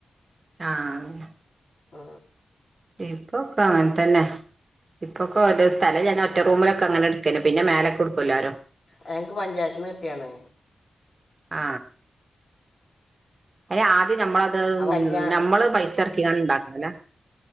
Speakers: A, on the right; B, on the left.
A: ആ അതെ
B: ആ
A: ഇപ്പൊക്ക അങ്ങനെത്തന്നെ ഇപ്പൊക്കെ ഒരു സ്ഥലം ഞാൻ ഒറ്റ റൂമിലൊക്കെ അങ്ങനെ എടുക്കെന്നെ പിന്നെ മേലൊക്കെ കൊടുക്കല്ലോരോ
B: ഞങ്ങൾക്ക് പഞ്ചായത്തിൽ നിന്ന് കിട്ടിയാണ്
A: ആ ഏ ആദ്യം നമ്മളത്
B: അപ്പം കല്യാണം
A: നമ്മള് പൈസ ഇറക്കിക്കാണ് ഉണ്ടാക്കണല്ലേ